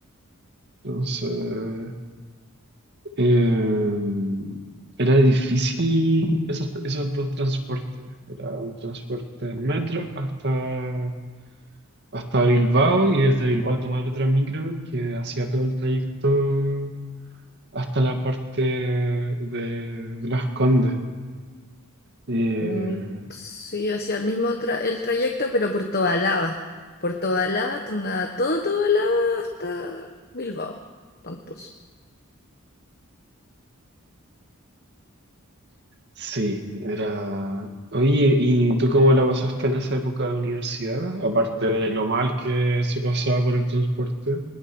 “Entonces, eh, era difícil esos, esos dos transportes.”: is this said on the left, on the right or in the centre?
Right